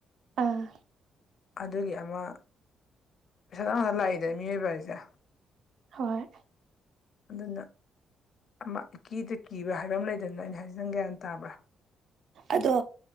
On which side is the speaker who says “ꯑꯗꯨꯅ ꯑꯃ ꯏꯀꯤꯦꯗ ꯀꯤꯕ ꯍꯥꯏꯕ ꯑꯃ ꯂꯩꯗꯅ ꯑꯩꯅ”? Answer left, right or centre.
Left